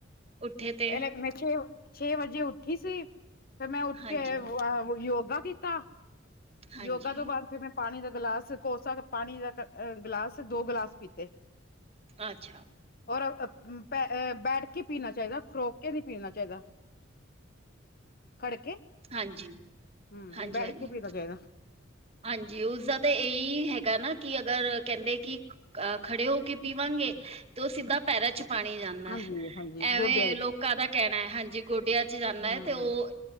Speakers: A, on the right (about 30°); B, on the left (about 45°).
A: ਉੱਠੇ ਤੇ
B: ਪੈਲੇ ਮੈਂ ਛੇ- ਛੇ ਵਜੇ ਉੱਠੀ ਸੀ। ਫੇਰ ਮੈਂ ਉੱਠ
A: ਹਾਂਜੀ
B: ਕੇ ਅ ਵੋ ਯੋਗਾ ਕੀਤਾ,
A: ਹਾਂਜੀ
B: ਯੋਗਾ ਤੋਂ ਬਾਦ ਫਿਰ ਮੈਂ ਪਾਣੀ ਦਾ ਗਲਾਸ ਕੋਸਾ ਕ ਪਾਣੀ ਦਾ ਕ ਗਲਾਸ ਦੋ ਗਲਾਸ ਪੀਤੇ।
A: ਅੱਛਾ।
B: ਔਰ ਪੈ ਅ ਬੈਠ ਕੇ ਪੀਣਾ ਚਾਈਦਾ, ਖਰੋ ਕੇ ਨੀ ਪੀਣਾ ਚਾਈਦਾ। ਖੜ ਕੇ,
A: ਹਾਂਜੀ
B: ਹੂੰ
A: ਹਾਂਜੀ
B: ਬੈਠ
A: ਹਾਂਜੀ
B: ਕੇ ਪੀਣਾ ਚਾਈਦਾ।
A: ਹਾਂਜੀ ਉਸਦਾ ਤਾਂ ਏਈ ਹੈਗਾ ਨਾ ਕੀ ਅਗਰ ਕੈਂਦੇ ਕੀ ਅਆ ਖੜੇ ਹੋ ਕੇ ਪੀਵਾਂਗੇ ਤੇ ਓ ਸਿੱਧਾ ਪੈਰਾਂ 'ਚ ਪਾਣੀ ਜਾਂਦਾ
B: ਹਾਂਜੀ
A: ਐ।
B: ਹਾਂਜੀ
A: ਐਵੇਂ
B: ਗੋਡਿਆਂ ਵਿੱਚ
A: ਲੋਕਾਂ ਦਾ ਕੈਣਾ‌, ਹਾਂਜੀ ਗੋਡਿਆਂ 'ਚ ਜਾਂਦਾ
B: ਹਮ
A: ਐ ਤੇ ਓ